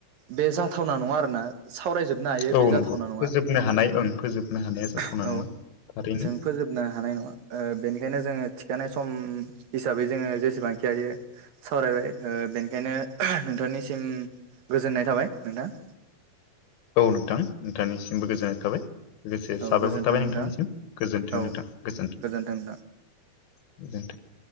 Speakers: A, on the right; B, on the left.
A: बे जाथावना नङा आरोना सावरायजोबनो हायो
B: औ
A: बे जाथावना
B: नंगौ
A: नङा
B: फोजोबनो हानाय
A: औ-औ
B: ओं फोजोबनो हानाया जाथावना नङा थारैनो
A: जों फोजोबनो हानाय नङा बेनिखायनो जोङो थिखानाय सम हिसाबै जोङो जेसेबांखि हायो सावरायबाय बेनिखायनो नोंथांनिसिम गोजोननाय थाबाय नोंथां
B: औ नोंथां नोंथांनिसिमबो गोजोननाय थाबाय लोगोसे
A: औ
B: साबायखर
A: गोजोन्थों
B: थाबाय नोंथांनिसिम
A: नोंथां
B: गोजोन्थों
A: औ
B: नोंथां गोजोन
A: गोजोन्थों नोंथां।
B: <unintelligible>